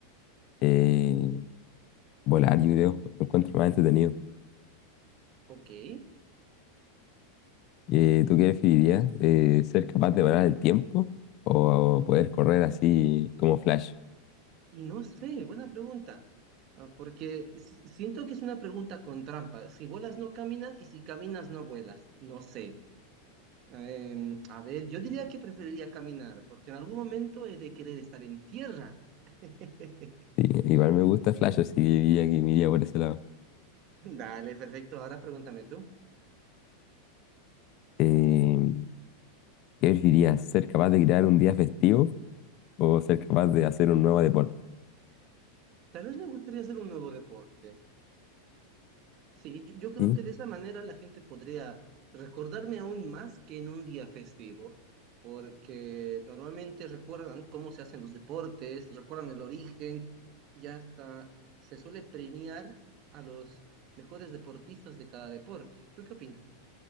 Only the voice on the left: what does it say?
eh, volar, yo creo, lo encuentro más entretenido.
Eh, ¿tú qué preferirías? Eh, ¿ser capaz de volar el tiempo o poder correr así como Flash?
Sí, igual me gusta Flash, así que diría que me iría por ese lado.
Eh, ¿qué preferirías? ¿Ser capaz de crear un día festivo o ser capaz de hacer un nuevo deporte?
Sí,